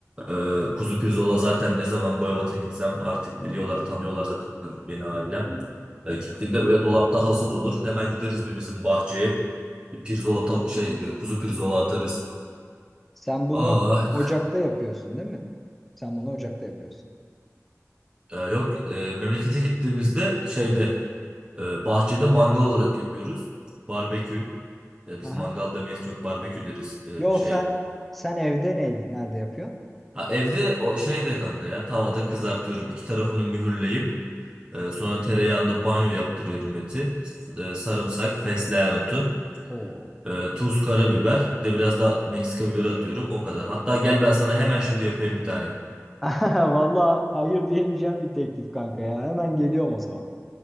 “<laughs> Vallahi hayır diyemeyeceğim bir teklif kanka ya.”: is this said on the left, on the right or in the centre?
Centre